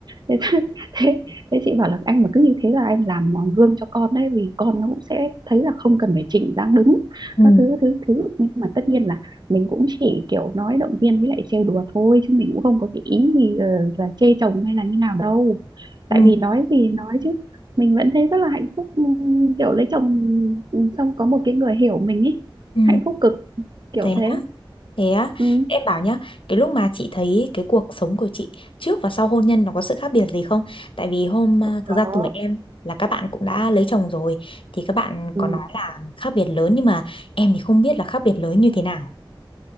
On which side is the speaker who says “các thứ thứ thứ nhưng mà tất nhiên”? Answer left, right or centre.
Right